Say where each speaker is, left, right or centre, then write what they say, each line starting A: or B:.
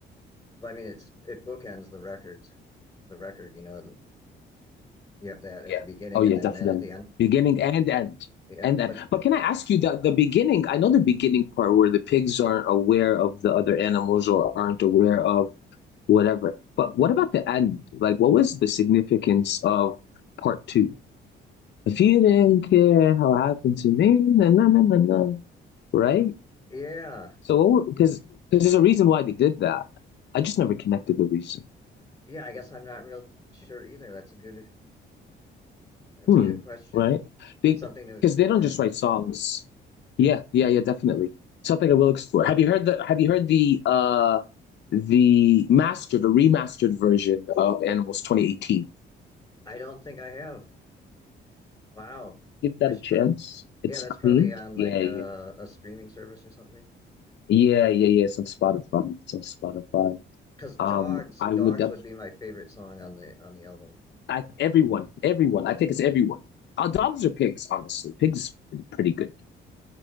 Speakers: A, on the left; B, on the left.
A: Well, I mean, it's it bookends the records. The record, you know, you have that at
B: Yeah.
A: the beginning
B: Oh, yeah,
A: and then
B: definitely.
A: that at the end.
B: Beginning and end.
A: Yeah,
B: And
A: but
B: end. But can I ask you that the beginning? I know the beginning part where the pigs aren't aware of the other animals or aren't aware of whatever. But what about the end? Like, what was the significance of part two? If you didn't care how it happened to me, na na na na na, right?
A: yeah,
B: So, because there's a reason why they did that. I just never connected the reason.
A: yeah. I guess I'm not real sure either. That's a good that's
B: Hmm.
A: a good question.
B: Right? Because
A: Something to explore.
B: they don't just write songs. Yeah, yeah, yeah, definitely. Something I will explore. Have you heard the Have you heard the uh the mastered, the remastered version of Animals 2018?
A: I don't think I have. Wow.
B: Give that
A: I should.
B: a chance.
A: Pro- yeah,
B: It's
A: that's probably
B: cleaned.
A: on
B: Yeah,
A: like a,
B: yeah,
A: a streaming service or something.
B: yeah, yeah, yeah. It's on Spotify. It's on Spotify.
A: because dogs
B: Um, I
A: dogs
B: would. Def-
A: would be my favorite song on the on the album
B: I, everyone, everyone. I think it's everyone. Our dogs are pigs? Honestly, pigs are pretty good.